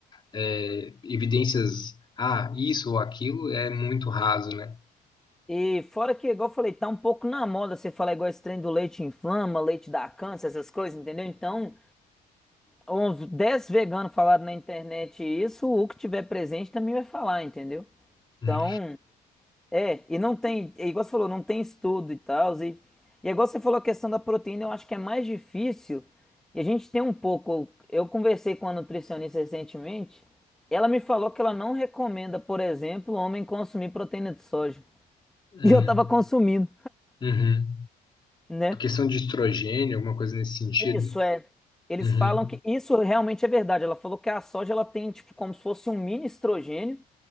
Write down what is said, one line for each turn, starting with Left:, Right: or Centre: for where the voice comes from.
Left: é, evidências, ah, isso ou aquilo, é muito raso, né?
Centre: E fora que, igual eu falei, tá um pouco na moda você falar igual esse trem do leite inflama, leite dá câncer, essas coisas, entendeu? Então, uns 10 veganos falaram na internet isso, o que tiver presente também vai falar, entendeu?
Left: Hum,
Centre: Então, É, e não tem, é igual você falou, não tem estudo e tal, e, e é igual você falou a questão da proteína, eu acho que é mais difícil, e a gente tem um pouco, eu conversei com a nutricionista recentemente, ela me falou que ela não recomenda, por exemplo, o homem consumir proteína de soja, <laughs>
Left: hum,
Centre: e eu tava consumindo,
Left: uhum.
Centre: né?
Left: Questão de estrogênio, alguma coisa nesse sentido?
Centre: Isso é, eles
Left: Uhum,
Centre: falam que, isso realmente é verdade, ela falou que a soja, ela tem, tipo, como se fosse um mini estrogênio,